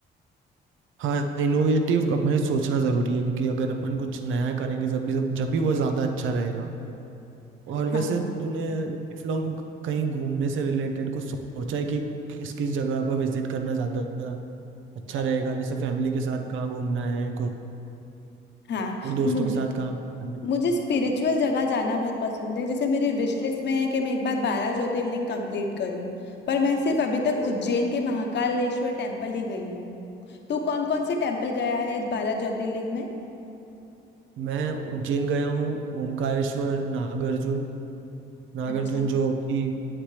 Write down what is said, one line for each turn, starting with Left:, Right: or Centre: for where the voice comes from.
Right: हाँ इनोवेटिव हमें सोचना जरूरी है क्योंकि अगर अपन कुछ नया करेंगे जब भी जब भी वो ज्यादा अच्छा रहेगा और
Left: हाँ
Right: वैसे तूने लाइफ लॉन्ग कहीं घूमने से रिलेटेड कुछ सोचा है कि किस किस जगह पर विजिट करना ज्यादा अच्छा
Left: अ,
Right: रहेगा जैसे फैमिली के साथ कहाँ घूमना है
Left: हाँ
Right: और दोस्तों
Left: मुझे
Right: के साथ कहाँ गया मैं
Left: मुझे स्पिरिचुअल जगह जाना बहुत पसंद है जैसे मेरी विश लिस्ट में है कि मैं एक बार बारह ज्योतिर्लिंग कंप्लीट करूं पर मैं सिर्फ अभी तक उज्जैन के महाकालेश्वर टेम्पल ही गई हूँ तो कौन कौन से टेम्पल गया है बारह ज्योतिर्लिंग में
Right: मैं उज्जैन गया हूँ ओंकारेश्वर नागार्जुन नागार्जुन
Left: अच्छा
Right: जो कि